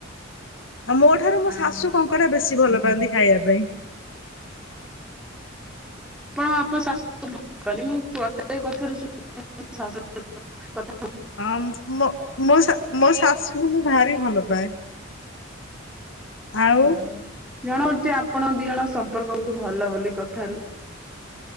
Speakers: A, on the left; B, in the centre.
A: ଆଉ ମୋ ଠାରୁ ମୋ
B: ହଁ
A: ଶାଶୁ କଙ୍କଡା ବେଶୀ ଭଲ ପାଆନ୍ତି ଖାଇବା ପାଇଁ
B: ଆପଣ ଆପଣ ଙ୍କ ଶାଶୁ କୁ ବହୁତ ଭଲ ପାନ୍ତି
A: ଆ ମୋ ମୋ ଶା ମୋ ଶା ଶାଶୁ ଙ୍କୁ ମୁଁ ଭାରି ଭଲ ପାଏ ଆଉ
B: ହୁଁ ହ ଜଣା ହୋଉଚି ଆପଣ ଦିଇଜଣ ସମ୍ପର୍କ ବୋହୁତୁ ଭଲ ବୋଲି କଥାରୁ